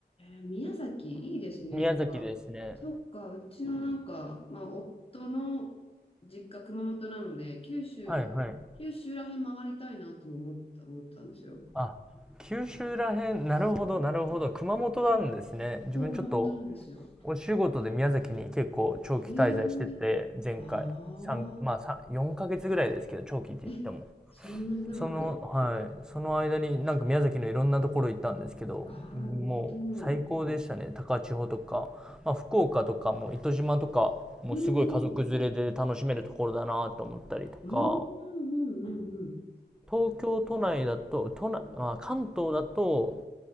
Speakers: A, on the left; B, in the centre.
A: え、宮崎、いいですね。
B: 宮崎ですね
A: なんか、そっか、うちのなんか、まあ、夫の実家、熊本なので、九州、
B: はいはい
A: 九州らへん回りたいなとも思った、思ってたんですよ。
B: あ九州らへんなるほどなるほど熊本なんですね自分ちょっと
A: うんそう、熊本なんですよ。
B: お仕事で宮崎に結構長期滞在してて前回三まあ3
A: ええ、あ
B: 4ヶ月ぐらいですけど長期って言っても
A: あ、え、そんなに長く。
B: その、はい、その間になんか宮崎のいろんなところ行ったんですけど、
A: ああ、
B: もう最高でしたね。
A: なるほど。
B: 高千穂とか、まあ、福岡とかも糸島とか、もうすごい家族連れで楽しめるところだなと思ったりとか、
A: うんうん。うんうんうんうんうん。
B: 東京都内だと、
A: えー
B: 都内、
A: うん
B: まあ、関東だと、